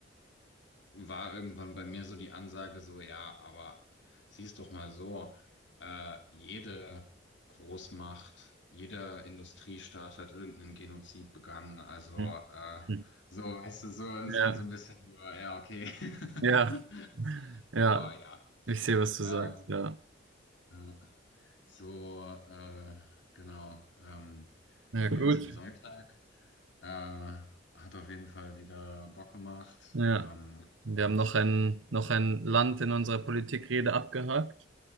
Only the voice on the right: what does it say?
hm,
hm.
Ja,
ja,
ja,
ich sehe, was du
sagst, ja.
Ja,
gut.
Ja,
wir
haben noch ein, noch ein Land in unserer Politikrede abgehakt.